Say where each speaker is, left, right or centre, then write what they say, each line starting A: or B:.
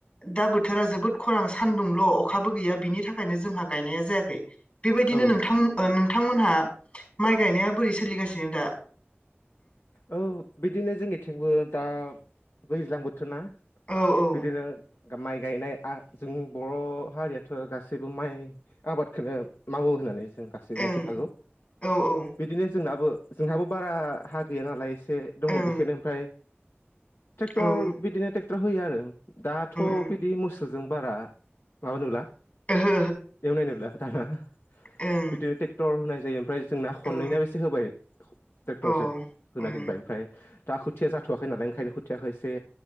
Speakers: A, on the left; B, on the left.
A: दा बोथोरा जोबोद खरान सानदुंल' अखाबो गैया बिनि थाखायनो जोंहा गायनाया जायाखै बेबायदिनो
B: औ
A: नोंथां ओ नों थांमोनहा माइ गायनाया बोरै सोलिगासिनो दा?
B: औ बिदिनो जोंनिथिंबो दा दैज्लां बोथोर बोथोरना
A: औ औ
B: बिदिनो माइ गायनाय जों बर' हारियाथ' गासैबो माइ आबादखौनो मावो होननानै जों गासैबो मिथिखागौ
A: ओं औ औ
B: बिदिनो जोंनाबो जोंहाबो बारा हा गैया नालाय एसे
A: ओं
B: दङ बेखौनो ओमफ्राय ट्रेक्टर
A: औ ओं
B: बिदिनो ट्रेक्टर होयो आरो दाथ'
A: ओं
B: बिदि मोसौ मोसौजों बारा माबा नुला
A: ओहो
B: एवनाय नुला दाना
A: ओहो ओं
B: बिदिनो ट्रेक्टर होनाय जायो ओमफ्राय जोंना खननैना
A: औ
B: बेसे होबाय ट्रेक्टरजों
A: औ
B: होना
A: ओं
B: दोनबाय ओमफ्राय दा खुथिया जाथ'वाखै नालाय ओंखायनो खुथियखौ एसे